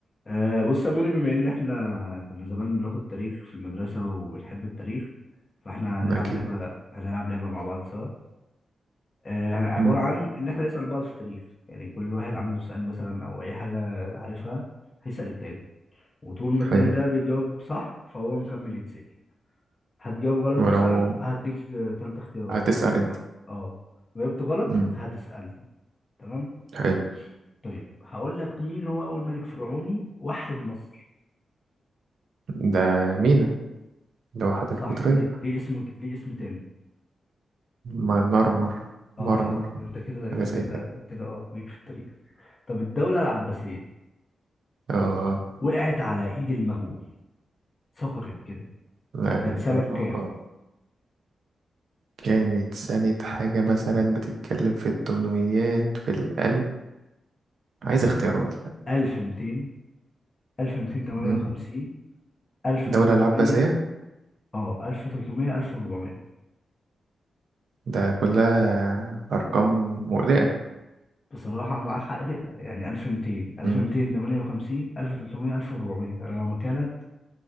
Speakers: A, on the left (about 35°); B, on the right (about 75°).
A: أه بص يا موري بما ان احنا كنا زمان بناخد تاريخ في المدرسه وبنحب التاريخ فاحنا هنلعب
B: أكيد
A: لعبه هنلعب لعبه مع بعض سوا أه عباره
B: مم.
A: عن ان احنا نسال بعض في التاريخ يعني كل واحد عنده سؤال مثلا او اي حاجه عارفها هيسال التاني وطول ما التاني
B: حلو
A: ده بيجاوب صح فهو مكمل يتسال هتجاوب غلط
B: ولو
A: مثلا هديك ثلاث اختيارات
B: هتسأل
A: او اربعه
B: أنت
A: اه جاوبت غلط
B: مم.
A: هتسالني تمام
B: حلو
A: طيب هقول لك مين هو اول ملك فرعوني وحد مصر
B: ده مينا لوحة القطرين
A: صح ليه ليه اسمه ليه اسم تاني
B: ما نرمر
A: اه
B: مرنر
A: انت كده انت
B: حاجة زي
A: كده
B: كده
A: كده اه ليك في التاريخ طب الدولة العباسية
B: آه
A: وقعت على ايد المغول سقطت كده
B: لا إله
A: كانت سنة
B: إلا الله
A: كام
B: آه. كانت سنة حاجة مثلا بتتكلم في التمنميات في القلب عايز اختيارات لا
A: 1200 1258
B: مم.
A: 1300
B: دولة العباسية
A: اه 1300 1400
B: ده كلها أرقام مقلقة
A: بصراحة معاك حق تقلق يعني 1200 1258
B: مم.
A: 1300 1400 انا لو مكانك